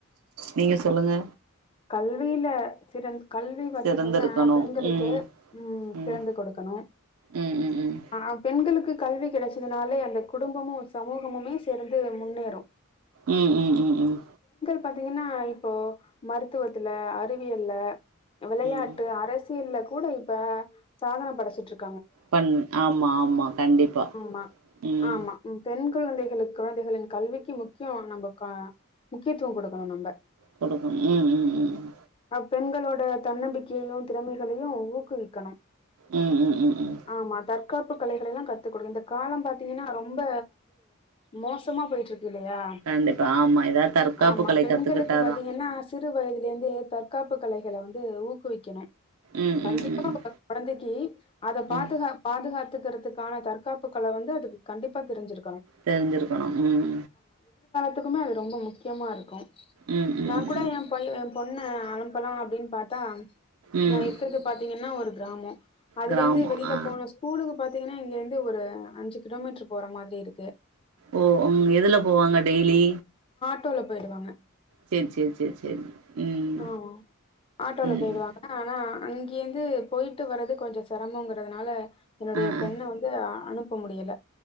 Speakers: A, on the right; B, on the left.
A: நீங்க சொல்லுங்க
B: கல்வியில சிறந்த கல்வி பாத்தீங்கின்னா
A: சிறந்திருக்கணு
B: பெண்களுக்கு
A: ம்
B: உம்
A: ம்
B: சிறந்து கொடுக்கணு
A: ம் ம் ம் ம்
B: அஹ பெண்களுக்கு கல்வி கிடைச்சதுனாலே அந்த குடும்பமு சமூகமுமே சேர்ந்து முன்னேறு
A: உம் உம் உம் உம்
B: பாத்தீங்கின்னா இப்போ மருத்துவத்துல அறிவியல்ல விளையாட்டு
A: ம் ம்
B: அரசு இல்ல கூட இப்ப சாதன படைச்சிட்டு இருக்கு
A: பண் ஆமா ஆமா கண்டிப்பா
B: ஆமா
A: உம்
B: ஆமா ம், பெண் குழந்தைகளுக்கு குழந்தைகளின் கல்விக்கு முக்கிய நம்ப முக்கியத்துவ கொடுக்கணு நம்ப
A: கொடு உம் உம் உம்
B: அ பெண்களோட தன்னம்பிக்கையையு திறமைகளையு ஊக்குவிக்கணு
A: உம் உம் உம் உம்
B: ஆமா தற்காப்பு களைகள எல்லா கத்துக் கொடுங்க இந்த காலம் பாத்தீங்கின்னா ரொம்ப மோசமா போயிட்டு இருக்கு இல்லையா
A: கண்டிப்பா ஆமா எதா தற்காப்பு
B: ஆமா
A: களை
B: பெண்களுக்கு
A: கத்துக்கிட்டாதா
B: பாத்தீங்கன்னா சிறு வயதுல இருந்து தற்காப்பு கலைகளை வந்து ஊக்குவிக்கணு
A: ம்
B: கண்டிப்பா
A: ம் ம் ம்
B: குழந்தைக்கி அத பாதுகா
A: ம்
B: பாதுகாத்து கத்துகிறதுக்கான தற்காப்பு கள வந்து அதுக்கு கண்டிப்பா தெரிஞ்சிருக்கு
A: தெரிஞ்சிருக்கணு உம்
B: மொத்தத்துக்குமே அது ரொம்ப முக்கியமாக இருக்கும்
A: உம் உம் உம்
B: கூட என் பையன் என் பொண் பொண்ணு அனுப்பலாம் அப்டின்னு பார்த்தா
A: ம்
B: நான் இருக்கறது பாத்தீங்கன்னா ஒரு கிராமம் அதுல
A: கிராமோ
B: இருந்து வெளியில
A: ஆ
B: போன ஸ்கூலுக்கு பாத்தீங்கன்னா இங்க இருந்து ஒரு அஞ்சு கிலோமீட்டர் போற மாரி இருக்கு
A: ஓ உம் எதுல போவாங்க டெய்லி
B: ஆட்டோல போயிடுவாங்க
A: சேரி சேரி சேரி ம்
B: ஆஹ் ஆட்டோல
A: ம்
B: போயிடுவாங்க
A: ம்
B: ஆனா அங்கேயிருந்து போய்ட்டு வரறது கொஞ்சம் சிரமங்கிறதுனால என்னுடைய
A: ஆ
B: பெண்ண
A: ஆ
B: வந்து அனுப் போ முடியல